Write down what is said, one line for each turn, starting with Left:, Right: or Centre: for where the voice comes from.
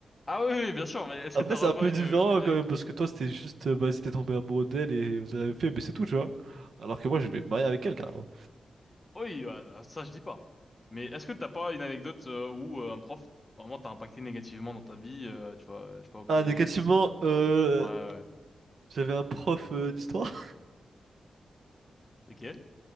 Left: Ah oui, oui, bien sûr. Mais est-ce
Right: Après,
Left: que t'aurais
Right: c'est un
Left: pas
Right: peu
Left: une,
Right: différent
Left: une,
Right: quand
Left: ane-
Right: même, parce que toi, c'était juste, euh, bah, si t'es tombé amoureux d'elle et vous avez fait, mais c'est tout, tu vois. Alors que moi, je vais me marier avec elle, carrément.
Left: oui, ouais, ah, ça je dis pas. Mais est-ce que t'as pas une anecdote euh, où euh, un prof vraiment t'a impacté négativement dans ta vie, euh, tu vois, euh, je sais pas au collège,
Right: Ah, négativement,
Left: lycée.
Right: euh,
Left: Ouais, ouais.
Right: j'avais un prof euh, d'histoire.
Left: Ok.